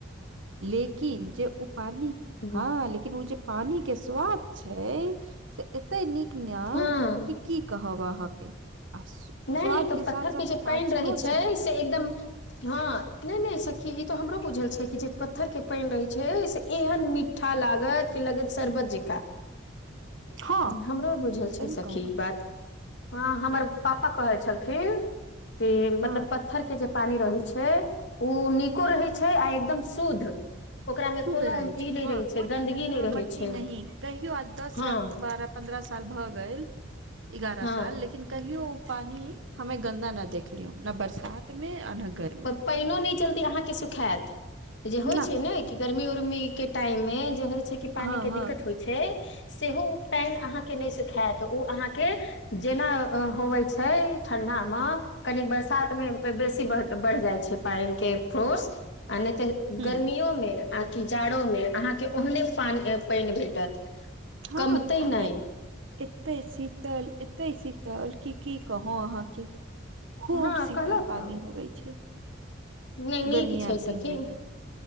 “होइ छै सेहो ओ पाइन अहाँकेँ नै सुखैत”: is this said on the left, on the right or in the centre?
Left